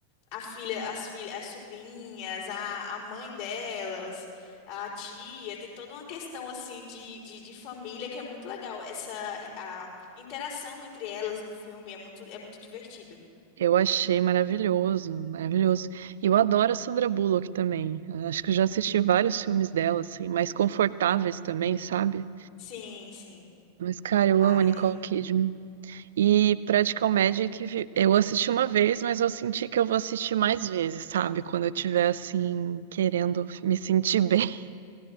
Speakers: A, on the left; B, on the right.
A: a filha, as filhas, as sobrinhas, a, a mãe delas, a tia. Tem toda uma questão, assim, de, de, de família que é muito legal. Essa, a interação entre elas no filme é muito, é muito divertido.
B: Eu achei maravilhoso, maravilhoso. E eu adoro a Sandra Bullock também. Acho que eu já assisti vários filmes dela, assim, mais confortáveis também, sabe?
A: Sim, sim.
B: Mas, cara, eu
A: Ai,
B: amo a Nicole Kidman. E Practical Magic, vi- eu assisti uma vez, mas eu senti que eu vou assistir mais vezes, sabe? Quando eu tiver, assim, querendo me sentir bem. <laughs>